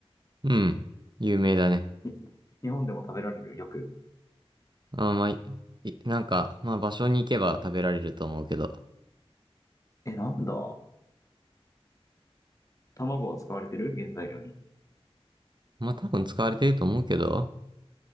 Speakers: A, on the right (about 45°); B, on the left (about 30°).
A: うん、有名だね。
B: に日本でも食べられるよく。
A: あ、まあ、いいなんか、まあ、場所に行けば食べられると思うけど。
B: え、なんだ卵は使われてる原材料に。
A: まあ、多分使われてると思うけど。